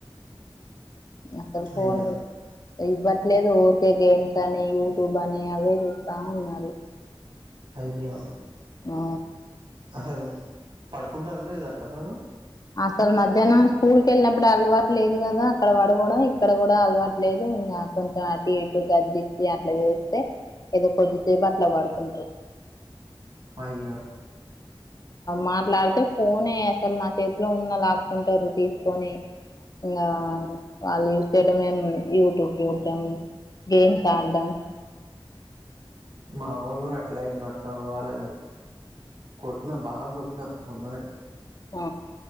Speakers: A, on the left (about 40°); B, on the right (about 60°).
A: అసల్ ఫోన్
B: అయ్యా
A: ఇవ్వట్లేదు ఊరికే గేమ్స్ అని యూట్యూబ్ అని అవే చూస్తా ఉన్నారు
B: అయ్యో
A: అ
B: అసలు పడుకుంటాను ఇది అక్క సార్
A: అసలు మధ్యానం స్కూల్కి వెళ్ళినప్పుడు అలవాటు లేదు కదా అక్కడ పడకోవడం ఇక్కడ కూడా అలవాటు లేదు ఇంకా కొంచెం అటు ఇటు గజిచ్చి అట్లా చేేస్తే ఏదో కొద్దిసేపు అట్ల పడుకుంటారు
B: అయ్యో
A: మాట్లాడితే ఫోనే అసలు నా చే <unintelligible> ఉన్న లాక్కుంటారు తీసుకొని ఇంగా వాళ్ళు చూసేయట మేము యూట్యూబ్ చూడడం గేమ్స్ ఆడం
B: మా ఓలు కూడ అట్లాయింది అక్క వాళ్ళ కొట్టిన బాగ కొట్టినా మొన్ననే
A: ఆ